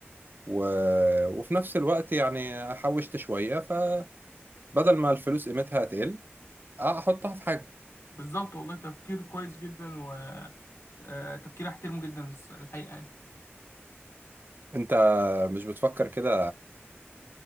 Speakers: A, on the right; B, on the left.
A: و... وفي نفس الوقت يعني حوشت شوية ف بدل ما الفلوس قيمتها تقل احطها في حاجة
B: بالظبط والله تفكير كويس جدا و آه، تفكير احترمه جدا الس- الحقيقه يعني
A: انت مش بتفكر كده